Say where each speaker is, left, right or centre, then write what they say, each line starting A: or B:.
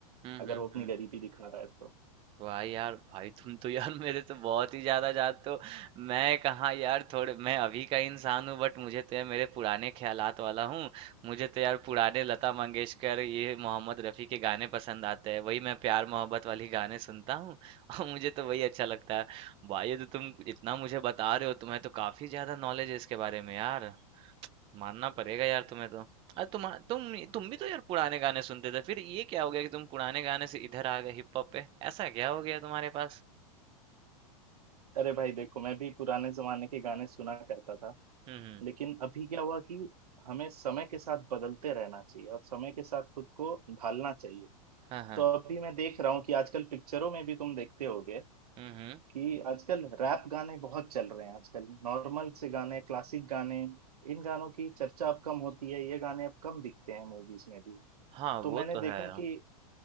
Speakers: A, on the right (about 30°); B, on the right (about 80°).
A: हुँ,
B: अगर
A: हुँ,
B: वो अपनी
A: हुँ।
B: गरीबी दिखा रहा है तो
A: वाह यार भाई तुम तो यार मेरे से बहुत ही ज्यादा जानते हो मैं कहाँ यार थोड़े मैं अभी का इंसान हूँ बट मुझे तो यार मेरे पुराने ख्यालात वाला हूँ मुझे तो यार पुराने लता मंगेशकर ये मोहम्मद रफ़ी के गाने पसंद आते हैं वही मैं प्यार मोहब्बत वाली गाने सुनता हूँ <laughs> और मुझे तो वही अच्छा लगता है भाई ये तो तुम इतना मुझे बता रहे हो तुम्हें तो काफी ज्यादा नॉलेज है इसके बारे में यार मानना पड़ेगा यार तुम्हें तो अरे तुम तुम तुम भी तो यार पुराने गाने सुनते थे फिर ये क्या हो गया कि तुम पुराने गाने से इधर आ गए हिप हॉप पे ऐसा क्या हो गया तुम्हारे पास
B: अरे भाई देखो मैं भी पुराने जमाने के गाने सुना करता था
A: हम्म हम्म,
B: लेकिन अभी क्या हुआ कि हमें समय के साथ बदलते रहना चाहिए और समय के साथ खुद को ढालना चाहिए
A: हाँ हाँ
B: तो अभी मैं देख रहा हूँ कि आजकल पिक्चरों में भी तुम देखते होगे
A: हम्म हम्म
B: कि आजकल रैप गाने बहुत चल रहे हैं आजकल नॉर्मल से गाने क्लासिक गाने इन गानों की चर्चा अब कम होती है ये गाने अब कम दिखते हैं मूवीज में भी
A: हाँ वो
B: तो मैंने
A: तो
B: देखा
A: है
B: कि